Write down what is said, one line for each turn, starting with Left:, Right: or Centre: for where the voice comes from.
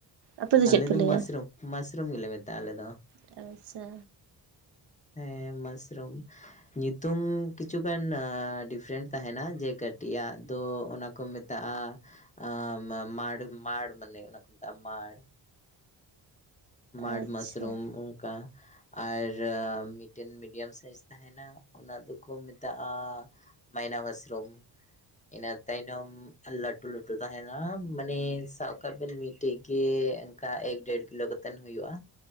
Right: ᱟᱯᱮ
Left: ᱟᱞᱮ
Right: ᱪᱮᱫ ᱯᱮ
Left: ᱫᱚ
Right: ᱞᱟᱹᱭᱟ
Left: ᱢᱟᱥᱨᱩᱢ ᱢᱟᱥᱨᱩᱢ ᱜᱮᱞᱮ ᱢᱮᱛᱟᱜᱼᱟ ᱟᱞᱮ ᱫᱚ᱾
Right: ᱛᱟᱵᱟᱪᱪᱷᱟ᱾
Left: ᱦᱮᱸ ᱢᱟᱥᱨᱩᱢ᱾ ᱧᱩᱛᱩᱢ ᱠᱤᱪᱷᱩᱜᱟᱱ ᱰᱤᱯᱷᱨᱮᱱᱴ ᱛᱟᱦᱮᱸᱱᱟ ᱡᱮ ᱠᱟᱹᱴᱤᱡ ᱟᱜ ᱫᱚ ᱚᱱᱟ ᱠᱚ ᱢᱮ ᱛᱟᱜᱼᱟ ᱟᱸᱻ ᱢᱟ-ᱢᱟᱲᱤ ᱢᱟᱲ ᱢᱟᱱᱮ ᱚᱱᱟ ᱠᱚ ᱢᱮᱛᱟᱜᱼᱟ ᱢᱟᱲ᱾ ᱢᱟᱲ
Right: ᱟᱪᱪᱷᱟ
Left: ᱢᱟᱥᱨᱩᱢ ᱚᱱᱠᱟ ᱟᱨ ᱢᱤᱫᱴᱮᱱ ᱢᱤᱰᱤᱭᱟᱢ ᱥᱟᱭᱤᱡᱽ ᱛᱟ ᱦᱮᱸᱱᱟ ᱚᱱᱟ ᱫᱚᱠᱚ ᱢᱮᱛᱟᱜᱼᱟ ᱢᱟᱭᱱᱟ ᱢᱟᱥᱨᱚᱢ᱾ ᱤᱱᱟᱹ ᱛᱟᱭᱱᱚᱢ ᱞᱟᱹᱴᱩ-ᱞᱟᱹᱴᱩ ᱛᱟᱦᱮᱱᱟ ᱢᱟᱱᱮ ᱥᱟᱵ ᱠᱟᱜ ᱵᱮᱱ ᱢᱤᱫᱴᱮᱡ ᱜᱮ᱾ ᱚᱱᱠᱟ ᱮᱠ ᱰᱮᱲ ᱠᱤᱞᱳ ᱠᱟᱛᱮᱱ ᱦᱩᱭᱩᱜᱼᱟ